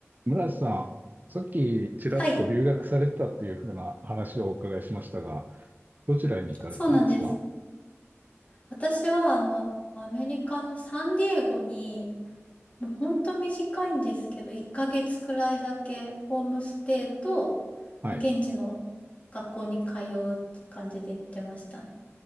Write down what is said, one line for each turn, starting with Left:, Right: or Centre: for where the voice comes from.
Right: 村瀬さん、さっきちらっと留学されてたっていうふうな話をお伺いしましたが、
Left: はい、
Right: どちらに行かれてたんですか
Left: そうなんです。私はあのアメリカのサンディエゴにもうほんと短いんですけど1ヶ月くらいだけホームステイとまあ現地の
Right: はい。
Left: 学校に通うって感じで行ってましたね。